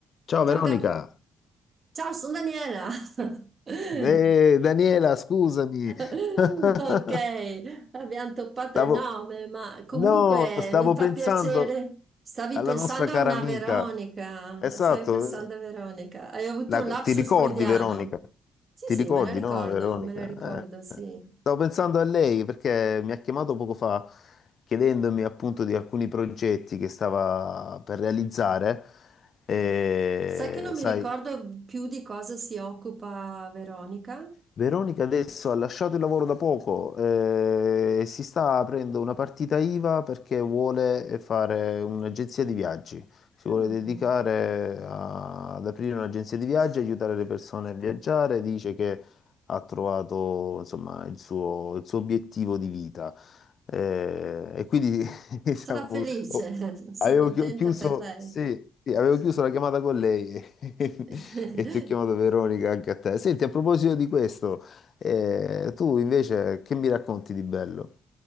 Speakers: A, on the left (about 55°); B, on the right (about 35°).
A: Ciao
B: Ciao,
A: Veronica,
B: Gab- Ciao, sono Daniela. <laughs>
A: Eh, Daniela, scusami.
B: Ok,
A: <laughs>
B: abbiamo toppato
A: Stavo...
B: il nome, ma comunque
A: No, stavo
B: mi fa
A: pensando
B: piacere. Stavi
A: alla
B: pensando
A: nostra cara
B: a una
A: amica.
B: Veronica,
A: Esatto.
B: stavi pensando a Veronica. Hai avuto
A: La-
B: un lapsus
A: Ti ricordi,
B: freudiano?
A: Veronica?
B: Sì,
A: Ti ricordi,
B: sì, me la ricordo,
A: no, Veronica?
B: me la ricordo,
A: Eh.
B: sì.
A: eh. Stavo pensando a lei perché mi ha chiamato poco fa chiedendomi appunto di alcuni progetti che stava per realizzare. E,
B: Sai che non mi
A: sai,
B: ricordo più di cosa si occupa Veronica?
A: Veronica adesso ha lasciato il lavoro da poco eh, e si sta aprendo una partita IVA perché vuole fare un'agenzia di viaggi. Si
B: Mm.
A: vuole dedicare a- ad aprire un'agenzia di viaggi, aiutare le persone a viaggiare. Dice che ha trovato, insomma, il suo, il suo obiettivo di vita. Eh, e quindi <laughs> diciamo,
B: Sarà felice,
A: oh,
B: <laughs> sono
A: avevo
B: contenta
A: chi- chiuso,
B: per lei.
A: sì, sì, avevo chiuso la chiamata con lei <laughs>
B: <laughs>
A: E ti ho chiamato Veronica anche a te. Senti, a proposito di questo, eh, tu invece che mi racconti di bello?